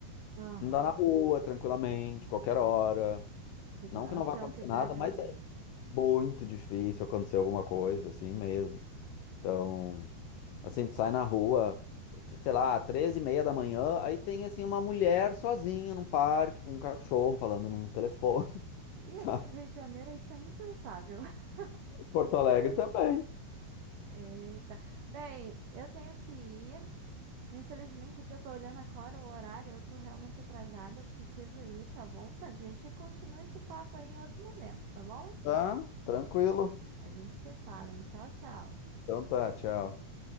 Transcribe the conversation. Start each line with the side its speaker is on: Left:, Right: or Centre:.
Right: Aham.
Left: Andar na rua tranquilamente, qualquer hora.
Right: Segurança
Left: Não que não vá acontecer
Right: é o que pega
Left: nada, mas
Right: a gente.
Left: é muito difícil acontecer alguma coisa, assim mesmo. Então, assim, tu sai na rua, sei lá, treze e meia da manhã, aí tem, assim, uma mulher sozinha num parque com um cachorro falando num telefone, <laughs>
Right: E
Left: sabe?
Right: aqui no Rio de Janeiro isso é impensável. <laughs>
Left: Porto Alegre também.
Right: Eita. Bem, eu tenho que ir. Infelizmente, aqui eu tô olhando agora o horário, eu tô realmente atrasada, preciso ir, tá bom? Mas a gente continua esse papo aí em outro momento, tá bom?
Left: Tá, tranquilo.
Right: A gente se fala, hein? Tchau, tchau.
Left: Então tá, tchau.